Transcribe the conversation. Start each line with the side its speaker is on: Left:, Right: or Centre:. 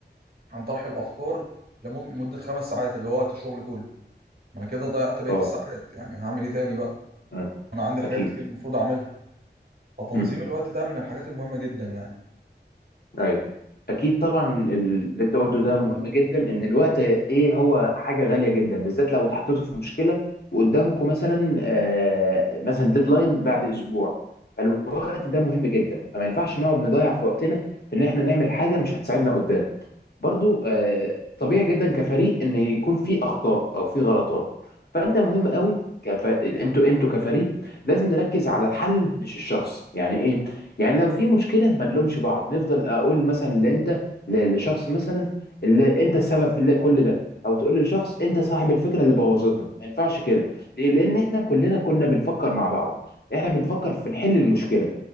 Right: عن طرح الأفكار لمدة خمس ساعات اللي هو وقت الشغل كله ما أنا كده ضيعت بقية
Left: اه
Right: الساعات يعني هعمل إيه تاني بقى
Left: أيوة.
Right: وأنا عندي حاجات
Left: اكيد
Right: كتير المفروض أعملها فتنظيم
Left: مم.
Right: الوقت ده من الحاجات المهمة جدا يعني
Left: ايوه اكيد طبعا اللي انت قلته ده مهم جدا ان الوقت ايه هو حاجه غاليه جدا بالذات لو اتحطيتوا في مشكله وقدامكم مثلا آه مثلا ديدلاين بعد اسبوع فالوقت ده مهم جدا فما ينفعش نقعد نضيع في وقتنا في ان احنا نعمل حاجه مش هتساعدنا قدام برضو آه، طبيعي جدا كفريق ان يكون في اخطاء او في غلطات فانت مهم قوي كف... انتوا انتوا كفريق لازم نركز على الحل مش الشخص يعني ايه يعني لو في مشكله ما نلومش بعض نفضل اقول مثلا لانت ل- لشخص مثلا اللي انت السبب في اللي كل ده او تقول للشخص انت صاحب الفكره اللي بوظتنا ما ينفعش كده ليه لان احنا كلنا كنا بنفكر مع بعض احنا بنفكر في نحل المشكله